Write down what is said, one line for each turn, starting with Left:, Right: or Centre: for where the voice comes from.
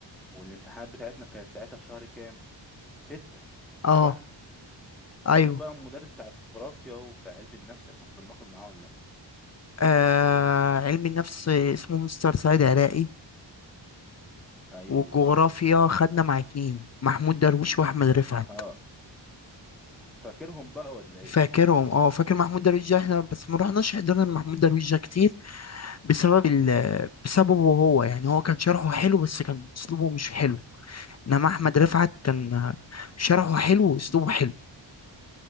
Centre: والامتحانات بتاعتنا كانت ساعتها في شهر كام في ستة
Left: اه
Centre: صح فاكر
Left: ايوه
Centre: بقى المدرس بتاع الجغرافيا وبتاع علم النفس احنا كنا بناخد معاه ولا
Left: آه علم النفس اسمه مستر سعيد عراقي
Centre: ايوه
Left: والجغرافيا
Centre: بالظبط
Left: خدنا مع اتنين محمود درويش واحمد رفعت
Centre: اه فاكرهم بقى ولا ايه
Left: فاكرهم اه فاكر محمود درويش ده احنا بس ما رحناش حضرنا محمود درويش ده كتير بسبب ال... بسببه هو يعني هو كان شرحه حلو بس كان اسلوبه مش حلو انما احمد رفعت كان شرحه حلو واسلوبه حلو